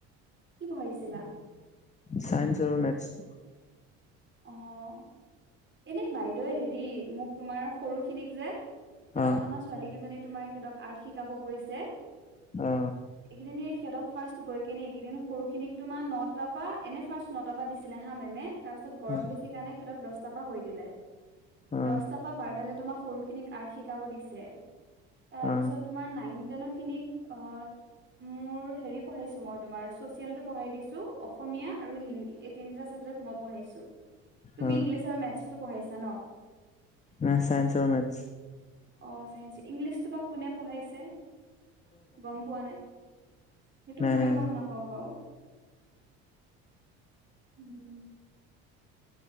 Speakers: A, on the right; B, on the left.
A: কি পঢ়াইছিলা?
B: চাইন্স আৰু মেথছ।
A: অ', এনে বাইদেউয়ে হেৰি মোক তোমাৰ সৰুখিনিক যে সিহঁতক
B: অ
A: আমাৰ ছোৱালী কেইজনী তোমাৰ সিহঁতক আৰ্ট শিকাব কৈছে।
B: অ
A: এইকেদিন সিহঁতক ফাৰ্ষ্ট গৈ কিনে এইকেইদিন সৰুখিনিক তোমাৰ নটাৰ পা, এনে ফাৰ্ষ্ট নটাৰ পৰা দিছিলে হা মেমে, তাৰপিছত গৰম
B: অ
A: বেছি কাৰণে সিহঁতক দহটাৰ পৰা কৰি দিলে।
B: অ
A: দহ তাৰপৰা বাৰতালে তোমাৰ সৰু খিনিক আৰ্ট শিকাব দিছে। তাৰপিছত
B: অ
A: তোমাৰ নাইন টেনৰ খিনিক অ' মোৰ হেৰি পঢ়াইছোঁ মই তোমাৰ ছচিয়েলতটো পঢ়াই দিছোঁ, অসমীয়া আৰু হিন্দী এই তিনিটা চাবজেক্ট মই পঢ়াইছো। তুমি
B: অ
A: ইংলিছ আৰু মেথছটো পঢ়াইছা ন?
B: নাই, চাইন্স আৰু মেথছ।
A: অ', চাইন্স। ইংলিছটো বা কোনে পঢ়াইছে! গম পোৱা নাই। সেইটো
B: নাই
A: মই
B: নাই
A: গম
B: নাই
A: নাপাওঁ বাৰু। <inaudible>